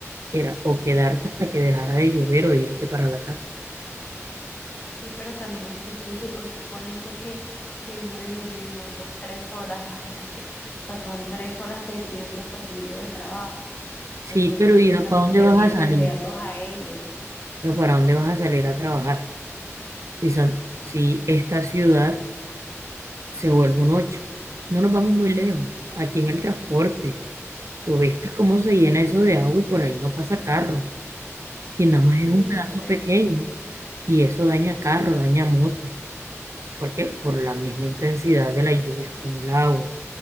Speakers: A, on the right (about 70°); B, on the left (about 35°).
A: era o quedarte hasta que dejara de llover o irte para la casa.
B: Sí, pero también es difícil porque ponle tú que, que demore lloviendo dos, tres horas, imagínate. O sea, son tres horas de tiempo perdido de trabajo.
A: Sí,
B: Entonces
A: pero ¿y para
B: también
A: dónde
B: hay
A: vas
B: que entenderlos
A: a salir?
B: a ellos.
A: Pero ¿para dónde vas a salir a trabajar? Si, san- si esta ciudad se vuelve un ocho, no nos vamos muy lejos, aquí en el transporte. Tú viste cómo se llena eso de agua y por ahí no pasa carro. Y nada más es
B: Sí,
A: un pedazo
B: yo sé.
A: pequeño. Y eso daña carro, daña moto. porque Por la misma intensidad de las lluvias con el agua.